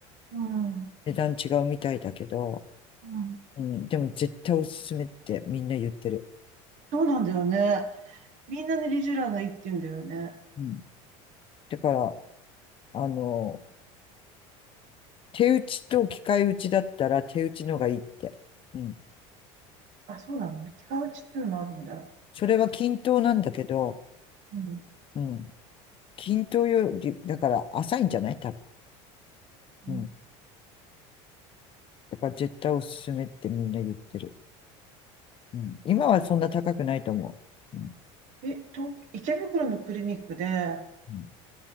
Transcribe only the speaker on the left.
値段違うみたいだけど、
うん。でも絶対おすすめってみんな言ってる。
うん。だから、あの、手打ちと機械打ちだったら手打ちのがいいって。うん。
それは均等なんだけど、
うん。均等より、だから浅いんじゃない多分。
うん。だから絶対おすすめってみんな言ってる。うん。今はそんな高くないと思う。うん。
うん、